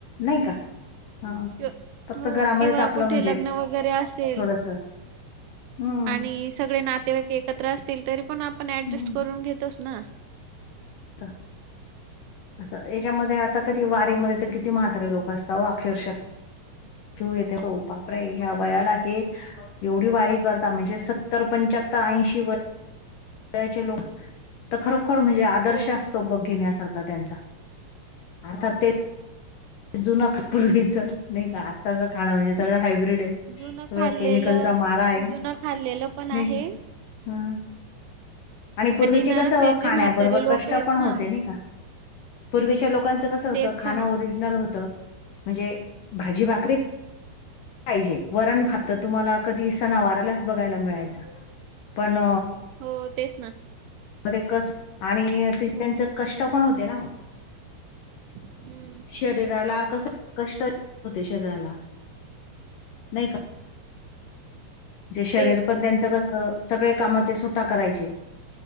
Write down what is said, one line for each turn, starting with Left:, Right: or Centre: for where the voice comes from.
Left: नाही का? हा
Right: हो,
Left: फक्त घरामध्येच
Right: किंवा
Left: आपलं
Right: कुठे
Left: म्हणजे
Right: लग्न वगैरे असेल
Left: थोडस
Right: ल,
Left: हम्म
Right: आणि सगळे नातेवाईक एकत्र असतील, तरी पण आपण ऍडजस्ट
Left: हम्म.
Right: करून घेतोच ना?
Left: त्ता अस याच्यामध्ये,
Right: हम्म
Left: आता कधी वारीमध्ये तर किती म्हातारे लोक असतात हो, अक्षरशहा किऊ येते हो, बापरे ह्या वयाला हे एवढी वारी करता, म्हणजे सत्तर, पंच्याहत्तर, ऐंशी व यचे लोक तर खरोखर म्हणजे आदर्श
Right: हो
Left: तो घेण्यासारखा त्यांचा, अर्थात ते जुन का पूर्वीचं, नाही का आ त्याच खाणं वैगेरे सगळ
Right: हं.
Left: हायब्रीड आहे,
Right: जुनं
Left: सगळं
Right: खाल्लेलं
Left: केमिकलचा मारा आहे,
Right: जुनं खाल्लेलं पण
Left: नाही
Right: आहे
Left: का? हम्, आणि पूर्वीचे
Right: ना
Left: कसं
Right: ते जे
Left: खाण्याबरोबर
Right: म्हातारे लोक
Left: कष्ट
Right: आहेत
Left: पण
Right: ना
Left: होते, नाही का? पूर्वीच्या लोकांचं कसं होतं,
Right: तेच
Left: खान
Right: सांग
Left: ओरिज नल होत, म्हणजे भाजी भाकरी पाहिजे, वरण भात तर तुम्हाला कधी सणावारालाच
Right: हो
Left: बघायला मिळायचा, पण
Right: हो, तेच ना.
Left: मध्ये कस आणि त्यांच
Right: हो
Left: कष्ट पण होते ना ओ?
Right: हम्म
Left: शरीराला कस, कष्ट होते, शरीराला, नाही का? जे शरीर
Right: तेच
Left: पण त्यांच कस, सगळे काम ते स्वतः करायचे,